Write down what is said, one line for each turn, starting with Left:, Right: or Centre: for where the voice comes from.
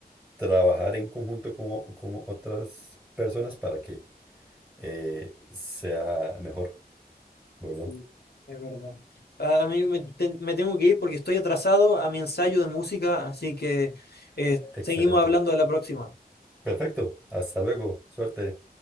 Centre: trabajar en conjunto con, o- con otras personas para que eh, sea mejor. Gordo.
Left: Sí, es verdad. A, a mí me, ten- me tengo que ir porque estoy atrasado a mi ensayo de música, así que eh,
Centre: Excelente.
Left: seguimos hablando de la próxima.
Centre: Perfecto. Hasta luego. Suerte.